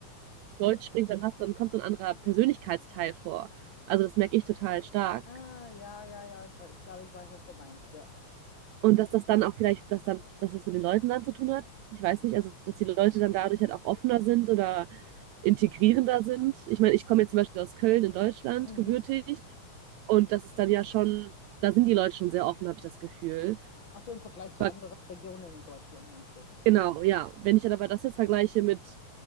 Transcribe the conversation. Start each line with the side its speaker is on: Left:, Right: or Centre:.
Right: Deutsch sprichst, dann hast, dann kommt so ein anderer Persönlichkeitsteil vor. Also das merke ich total stark.
Left: Ah, ja, ja, ja. Ich, wei- ich glaube, ich weiß, was du meinst, ja.
Right: Und dass das dann auch vielleicht, dass dann, dass das mit den Leuten dann zu tun hat. Ich weiß nicht, also dass die Leute
Left: Mhm.
Right: dann dadurch halt auch offener sind oder integrierender sind. Ich meine, ich komme jetzt zum Beispiel aus Köln in Deutschland,
Left: Mhm.
Right: gebürtig, und das ist dann ja schon, da sind die Leute schon sehr offen, habe ich das Gefühl.
Left: Ach so, im Vergleich zu
Right: Aber
Left: anderen Regionen in Deutschland, meinst du?
Right: genau, ja. Wenn ich dann aber das jetzt vergleiche mit